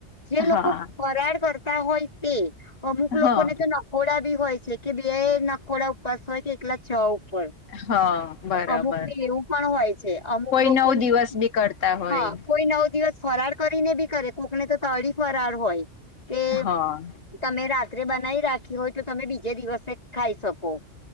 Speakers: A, on the left (about 30°); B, on the left (about 80°).
A: જે
B: હા
A: લોકો ફરાળ કરતા હોય? એ અમુક લોકોને
B: હા
A: તો નખોડા બી હોય છે કે બે નખોડા ઉપવાસ હોય કે એકલા જોવું પડે,
B: હા બરાબર
A: અમુક ને એવું પણ હોય છે, અમુક
B: કોઈ
A: લોકોની
B: નવ દિવસ બી કરતા હોય
A: હા, કોઈ નવ દિવસ ફરાર કરીને બી કરે, કોકને તો તળી ફરાળ હોય. કે
B: હા.
A: તમે રાત્રે બનાવી રાખી હોય તો તમે બીજે દિવસે ખાઈ શકો?